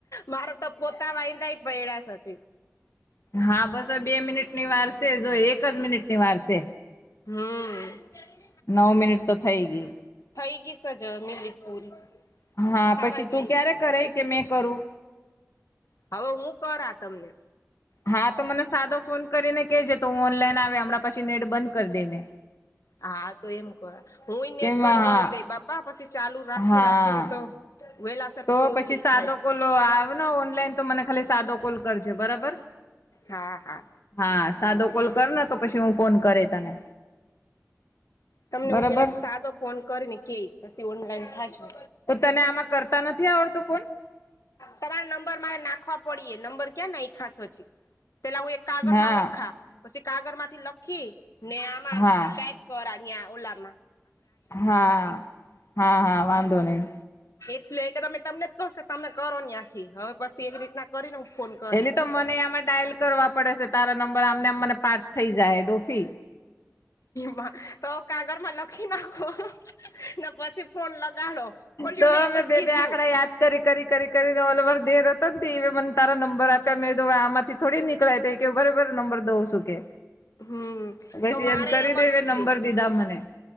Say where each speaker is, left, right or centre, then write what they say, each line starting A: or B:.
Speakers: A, on the left; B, on the left.
A: મારો તો પોતા વાયંદા પૈડા્યાચ
B: હા બસ બે મિનિટ ની વાર છે જો એક જ મિનિટ ની વાર છે
A: હમ્મ
B: નવ મિનિટ તો થઈ ગઈ
A: થઈ ગી સજમીન લટ પૂરી
B: હા
A: થાવા
B: પછી
A: જ
B: તું
A: આઈવીસ
B: ક્યારે કરે
A: હવે.
B: કે મેં કરું
A: હવે હું કર આ તમને
B: હા તો મને સાદો ફોન કરીને કે છે તો હ ઓનલાઈન આવે હમણાં પાછી નેટ બંધ કરી દેને
A: હા તો એમ ક હું નેટ
B: કેમ
A: બંધ
B: હા
A: કરી દઈ બાપા પછી ચાલુ રાખી
B: હા
A: રાખીને તો વેલાસર
B: તો
A: પૂરું
B: પછી
A: થઇ
B: સાદો
A: જાય છે
B: કોલ આવ ને ઓનલાઈન તો મને ખાલી સાદો કોલ કરજો બરાબર
A: હા હા
B: હા સાદો કોલ કરને તો પછી હું ફોન કર તને
A: તમને
B: બરોબર
A: હું પેલા સાદો ફોન કરી ને કે પછી ઓનલાઈન થજો
B: તો તને આમાં કરતા નથી આવડતો ફોન
A: તમારા નંબર મારે નાખવા પડીએ નંબર ક્યા ને આ ખાાસોછી પેલા હું એક કાગળ
B: હા
A: માં લખા પછી કાગળ માંથી લખી ને આમાં
B: હા
A: કંઈક કરા નિયા ઓલા
B: હા હા હા વાંધો નહી
A: એટલે એટલે તમે તમને જ કહશો તમે કરો ને આખી હવે પછી એવી રીતના કરીને હું ફોન કરા
B: એલી
A: તમને
B: તો મને આમાં ડાયલ કરવા પડે છે, તારા નંબર આમનેમ મને પાઠ થઈ જાય ડોફી
A: માં તો કાગળ માં લખી નાખો ને પછી ફોન લગાડો કોલ્યું
B: તો
A: ને એમ
B: મેં
A: જ
B: બે
A: કીધું.
B: બે આંકડા યાદ કરી કરી કરી કરીને ઓલર દેર હતો મને તારા નંબર આપ્યા મેં તો આમાંથી થોડી નીકળાય તો એ કે બરોબર નંબર દઉં શું કે.
A: હમ્મ
B: પછી
A: તો મારે
B: કરીને
A: એમ જ
B: એ
A: થયું
B: નંબર દીધા મને